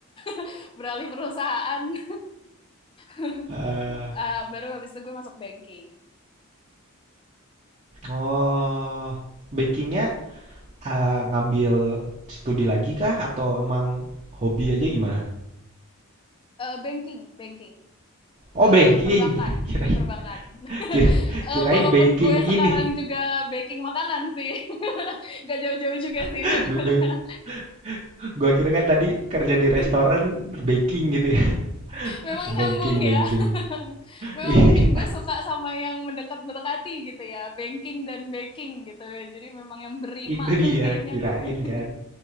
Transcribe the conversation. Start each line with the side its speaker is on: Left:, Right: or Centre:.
Left: <laughs> beralih perusahaan <laughs> <laughs>
Right: Eh,
Left: Ah, baru habis itu gue masuk banking.
Right: oh bakingnya eh, ngambil studi lagi kah atau emang hobi aja gimana?
Left: Eh, banking, banking.
Right: Oh
Left: Eh,
Right: banking,
Left: perbankan,
Right: <laughs> kirain
Left: perbankan. <laughs>
Right: kir-
Left: Eh,
Right: kirain
Left: walaupun
Right: baking
Left: gue
Right: ini.
Left: sekarang juga baking makanan sih. <laughs> Gak jauh-jauh juga
Right: <laughs>
Left: sih sebenarnya.
Right: Gua kira kan tadi kerja di
Left: <laughs>
Right: restoran baking gitu ya. <laughs>
Left: Memang
Right: Tuh banking,
Left: nyambung ya.
Right: banking.
Left: <laughs>
Right: <laughs>
Left: Memang
Right: Iya,
Left: mungkin gue suka sama yang mendekat-mendekati gitu ya. Banking dan baking gitu. Jadi memang yang berima
Right: Itu
Left: tuh
Right: dia
Left: kayaknya
Right: kirain
Left: gue.
Right: kan.